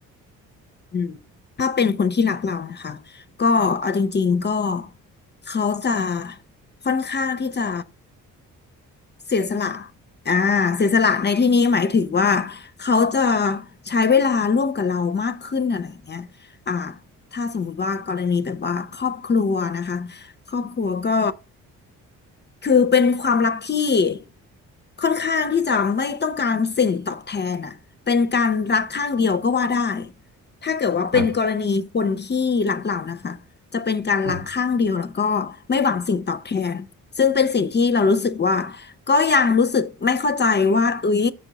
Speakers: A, on the left; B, on the right.
A: อืมถ้าเป็นคนที่รักเรานะคะก็เอาจริงๆก็เขาจะค่อนข้างที่จะ เสียสละอ่าเสียสละในที่นี้หมายถึงว่าเขาจะใช้เวลาร่วมกับเรามากขึ้นอะไรอย่างเงี้ยอ่าถ้าสมมุติว่ากรณีแบบว่าครอบครัวนะคะครอบครัวก็คือเป็นความรักที่ค่อนข้างที่จะไม่ต้องการสิ่งตอบแทนอ่ะเป็นการรักข้างเดียวก็ว่าได้ถ้าเกิดว่าเป็นกรณีคนที่รักเรานะคะจะเป็นการรักข้างเดียวแล้วก็ไม่หวังสิ่งตอบแทน
B: ครับครับ
A: ซึ่งเป็นสิ่งที่เรารู้สึกว่า ก็ยังรู้สึกไม่เข้าใจว่าเอ้ย